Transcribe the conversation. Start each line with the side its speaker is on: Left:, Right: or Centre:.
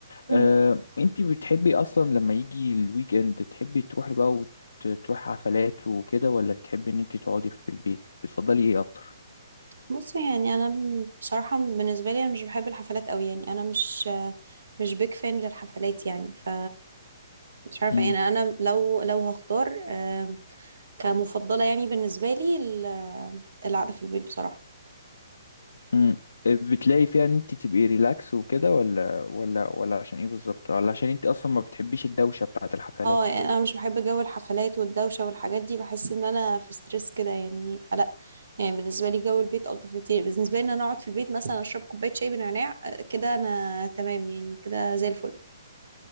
Right: مم.
Left: آه، انتي بتحبي اصلا لما يجي الويك اند تحبي تروحي بقى وتروحي حفلات وكده ولا تحبي ان انتي تقعدي في البيت بتفضلي ايه اكتر
Right: بص يعني انا م- بصراحه بالنسبه لي انا مش بحب الحفلات قوي يعني انا مش مش بيك فان للحفلات يعني ف مش عارفه
Left: امم
Right: يعني انا لو لو هختار آم، كمفضله يعني بالنسبه لي ال- القعده في البيت بصراحه
Left: امم بتلاقي فيها ان انتي تبقي ريلاكس وكده ولا ولا ولا عشان ايه بالظبط ولا عشان انتي اصلا ما بتحبيش الدوشة بتاعة الحفلات
Right: اه يعني انا مش بحب جو الحفلات والدوشه والحاجات دي بحس ان انا في ستريس كده يعني فلا يعني بالنسبه لي جو البيت الطف كتير بالنسبه لي ان انا اقعد في البيت مثلا اشرب كوبايه شاي بنعناع آه، كده انا تمام يعني كده زي الفل